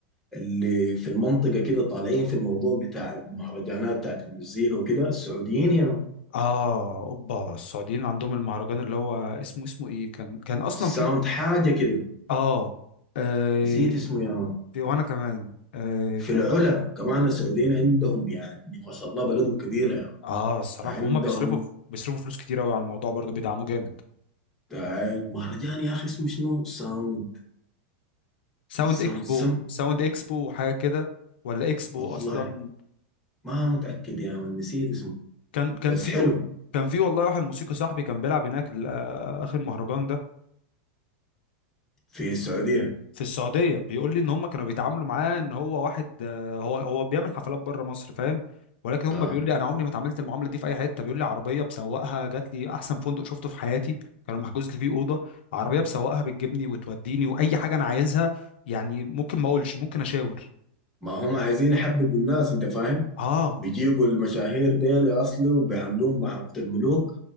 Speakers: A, in the centre; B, on the left.
A: اللي في المنطقه كده طالعين في الموضوع بتاع المهرجانات بتاعت المزيكا وكده السعوديين يا مان.
B: اه اوبا السعوديين عندهم المهرجان اللي هو اسمه اسمه ايه كان كان اصلا
A: الساوند
B: في و-
A: حاجه كده
B: اه آه،
A: نسيت اسمه يا مان.
B: في- وانا كمان آه
A: في
B: كان
A: العلا كمان السعوديين عندهم يعني ما شاء الله بلدهم كبيره يا
B: اه الصراحة
A: فعندهم
B: هم بيصرفوا بيصرفوا فلوس كتير قوي على الموضوع برضو بيدعموه جامد
A: المهرجان يا اخي اسمه شنو ساوند
B: ساوند
A: ساوند
B: اكسبو
A: سم
B: ساوند اكسبو وحاجة كده ولا اكسبو
A: والله
B: اصلا
A: ما متاكد يا من نسيت اسمه
B: كان كان
A: بس
B: في
A: حلو
B: كان في والله واحد موسيقي صاحبي كان بيلعب هناك ل- آه، اخر مهرجان ده
A: في السعوديه
B: في السعودية بيقول لي ان هم كانوا بيتعاملوا معاه ان هو واحد آه، هو هو بيعمل حفلات بره مصر فاهم ولكن هم
A: اه
B: بيقول لي انا عمري ما اتعاملت المعاملة دي في اي حتة بيقول لي عربية بسوقها جات لي احسن فندق شفته في حياتي كانوا محجوز لي فيه أوضة عربية بسوقها بتجيبني وتوديني واي حاجة انا عايزها يعني ممكن ما اقولش ممكن اشاور
A: ما هم عايزين يحببوا الناس انت فاهم
B: اه
A: بيجيبوا المشاهير ديل يا اصلي وبيعاملوهم معاملة الملوك